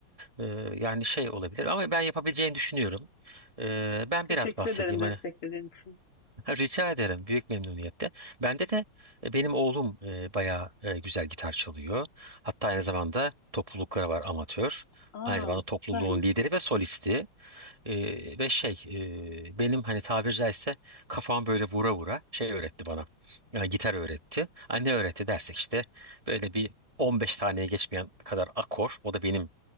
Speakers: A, on the right; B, on the left.
A: E, yani şey olabilir ama ben yapabileceğini düşünüyorum. E, ben
B: Teşekkür
A: biraz bahsedeyim
B: ederim desteklediğin
A: hani.
B: için.
A: Ha, Rica ederim. Büyük memnuniyetle. Bende de e, benim oğlum e, bayağı e, güzel gitar çalıyor. Hatta aynı zamanda toplulukları var amatör.
B: Aa,
A: Aynı zamanda topluluğun
B: süpermiş.
A: lideri ve solisti. E, ve şey e, benim hani tabiri caizse kafam böyle vura vura şey öğretti bana. Yani gitar öğretti. Ha, ne öğretti dersek işte böyle bir 15 taneye geçmeyen kadar akor. O da benim